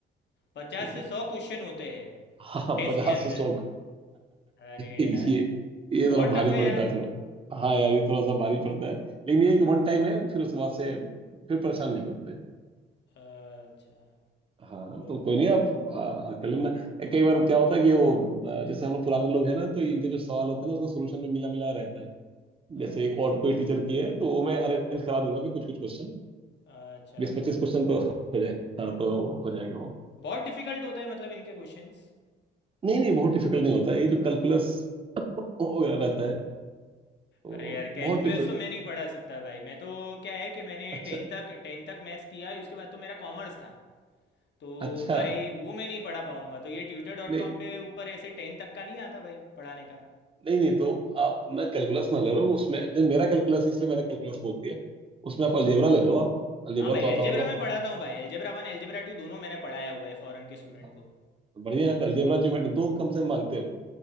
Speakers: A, on the left (about 60°); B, on the right (about 25°).
A: पचास
B: समझ
A: से
B: रहे
A: सौ क्वेश्चन होते हैं
B: हाँ
A: टेस्ट
B: पचास
A: के अंदर
B: से सौ
A: अरे
B: ये
A: यार
B: ये थोड़ा
A: बहुत
B: भारी
A: टफ है
B: पड़ता
A: यार
B: है थोड़ा हाँ यार ये थोड़ा सा भारी पड़ता है लेकिन ये है कि वन टाइम है फिर उसके बाद से फिर परेशान नहीं करते
A: अच्छा
B: हाँ
A: ओ
B: तो कोई नहीं आप आ, कर लेना कई बार क्या होता है कि वो आ, जैसे हम लोग पुराने लोग हैं ना तो इनके जो सवाल होते हैं ना उसका सोल्यूशन में मिला मिला रहता है
A: अच्छा
B: जैसे एक और कोई
A: ओके
B: टीचर की है तो वो मैं अरेंज करा दूंगा मैं कुछ कुछ क्वेश्चन
A: अच्छा
B: बीस
A: भाई
B: पच्चीस क्वेश्चन तो
A: ओके
B: हो जाए हाँ तो
A: हम्म,
B: हो जाएगा वो
A: बहुत डिफिकल्ट होता है मतलब इनके क्वेश्चंस
B: नहीं नहीं बहुत डिफिकल्ट नहीं होता ये जो कैलकुलस वगैरह रहता है वो
A: अरे यार कैलकुलस
B: बहुत डिफिकल्ट
A: तो मैं नहीं पढ़ा सकता भाई मैं तो क्या है कि मैंने
B: अच्छा
A: टेंथ तक टेंथ तक मैथ्स किया है उसके बाद तो मेरा कॉमर्स था तो
B: अच्छा
A: भाई वो मैं नहीं पढ़ा पाऊंगा तो ये ट्यूटर डॉट
B: नहीं
A: कॉम पे ऊपर ऐसे टेन तक का नहीं आता भाई पढ़ाने का
B: नहीं नहीं तो आप ना कैलकुलस ना ले लो उसमें नहीं, मेरा कैलकुलस इसलिए मैंने कैलकुलस बोल दिया उसमें आप अलजेब्रा ले लो आप अलजेब्रा
A: हाँ भाई
B: तो
A: अलजेब्रा
B: आता होगा आपको
A: मैं पढ़ाता हूँ भाई अलजेब्रा वन अलजेब्रा टू दोनों मैंने पढ़ाया हुआ है फॉरेन के स्टूडेंट
B: हाँ,
A: को
B: तो बढ़िया है तो अलजेब्रा ज्योमेट्री दो कम से मांगते हो